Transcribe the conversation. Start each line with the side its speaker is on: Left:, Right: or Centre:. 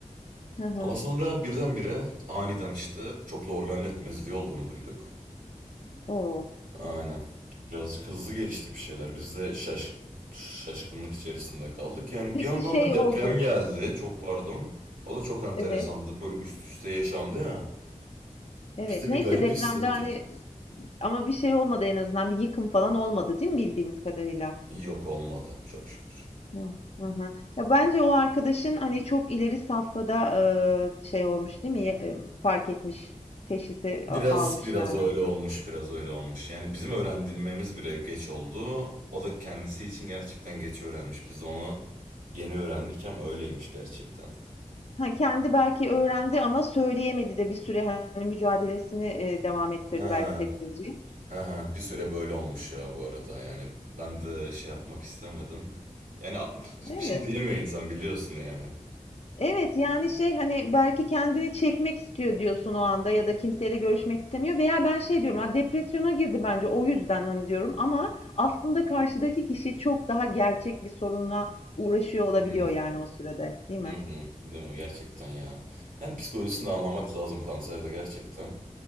Left: Hı hı.
Right: Ama sonra birdenbire aniden işte çoklu organ yetmezliği olduğunu duyduk.
Left: O!
Right: Aynen. Birazcık hızlı gelişti bir şeyler. Biz de şaş şaşkınlık içerisinde kaldık. Yani
Left: Peki
Right: bir yandan
Left: şey
Right: da deprem
Left: oldu
Right: geldi. Çok pardon. O da çok enteresandı.
Left: Evet,
Right: Böyle üst üste yaşandı ya.
Left: evet.
Right: Biz de
Left: Neyse
Right: bir garip
Left: depremde
Right: hissettik.
Left: hani Ama bir şey olmadı en azından. Bir yıkım falan olmadı, değil mi bildiğimiz kadarıyla?
Right: Yok olmadı çok şükür.
Left: Hı hı. hı. Ya bence o arkadaşın hani çok ileri safhada e, şey olmuş değil mi? Ya- e, fark etmiş, teşhisi
Right: Biraz
Left: a- almış
Right: biraz
Left: yani.
Right: öyle olmuş, biraz öyle olmuş. Yani bizim öğrenmemiz bile geç oldu. O da kendisi için gerçekten geç öğrenmiş. Biz de onu yeni öğrendik ama öyleymiş gerçekten.
Left: Ha, kendi belki öğrendi ama söyleyemedi de bir süre hani mücadelesini e, devam ettirdi
Right: Ha
Left: belki
Right: ha
Left: sessizce.
Right: ha ha. Bir süre böyle olmuş ya bu arada. Yani ben de şey yapmak istemedim. Yani a-
Left: Evet.
Right: bir şey diyemiyor insan biliyorsun yani.
Left: Evet, yani, şey, hani, belki kendini çekmek istiyor diyorsun o anda ya da kimseyle görüşmek istemiyor veya ben şey diyorum, "A, depresyona girdi bence o yüzden." hani, diyorum ama aslında karşıdaki kişi çok daha gerçek bir sorunla uğraşıyor olabiliyor,
Right: Hı hı,
Left: yani, o sürede, değil mi?
Right: hı hı. Değil mi? Gerçekten ya. Yani psikolojisini de anlamak lazım kanserde gerçekten.